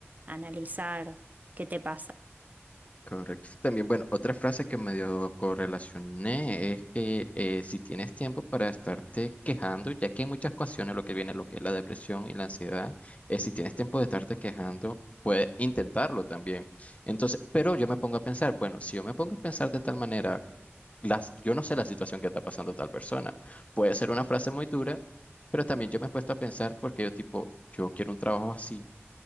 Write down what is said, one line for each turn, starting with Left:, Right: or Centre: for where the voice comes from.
Right: analizar qué te pasa.
Left: Correcto. También, bueno, otra frase que medio correlacioné es que eh, si tienes tiempo para estarte quejando, ya que en muchas ocasiones lo que viene, lo que es la depresión y la ansiedad, es si tienes tiempo de estarte quejando, puedes intentarlo también. Entonces, pero yo me pongo a pensar, bueno, si yo me pongo a pensar de tal manera, las, yo no sé la situación que está pasando tal persona. Puede ser una frase muy dura, pero también yo me he puesto a pensar porque yo tipo, yo quiero un trabajo así